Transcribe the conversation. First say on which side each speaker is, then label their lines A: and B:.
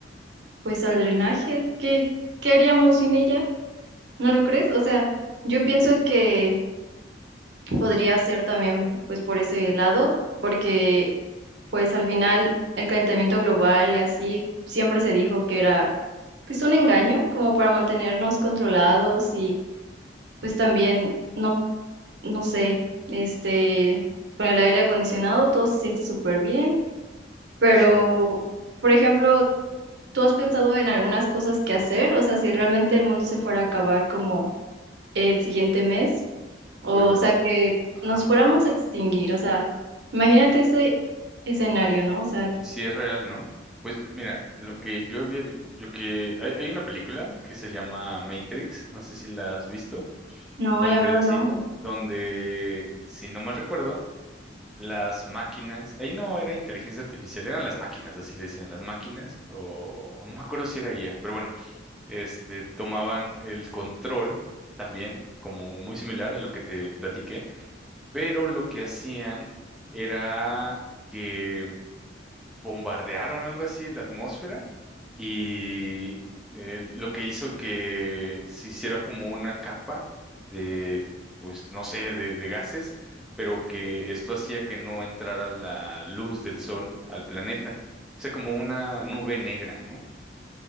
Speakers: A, on the right; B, in the centre.
A: pues al drenaje. ¿Qué, qué haríamos sin ella? ¿No lo crees? O sea, yo pienso que podría ser también pues por ese lado, porque pues al final el calentamiento global y así siempre se dijo que era pues un engaño como para mantenernos controlados y pues también no, no sé, este, con el aire acondicionado todo se siente súper bien, pero...
B: Sí,
A: Por ejemplo, ¿Tú has pensado en algunas cosas que hacer? O sea, si realmente el mundo se fuera a acabar como el siguiente mes, o,
B: pues,
A: sea, que
B: ajá.
A: nos fuéramos a extinguir, o sea, imagínate ese escenario, ¿no? O sea,
B: Y si es real, ¿no? Pues mira, lo que yo había, vi- lo que hay, hay una película que se llama Matrix, no sé si la has visto,
A: no,
B: donde
A: la verdad
B: sí,
A: no,
B: donde si no mal recuerdo, las máquinas, ahí no era inteligencia artificial, eran las máquinas, así le decían, las máquinas, o, o no me acuerdo si era ella, pero bueno, este, tomaban el control también, como muy similar a lo que te platiqué, pero lo que hacían era que bombardearon algo así la atmósfera y eh, lo que hizo que se hiciera como una capa de, pues no sé, de, de gases, pero que esto hacía que no entrara la luz del sol al planeta. O sea, como una nube negra, ¿no?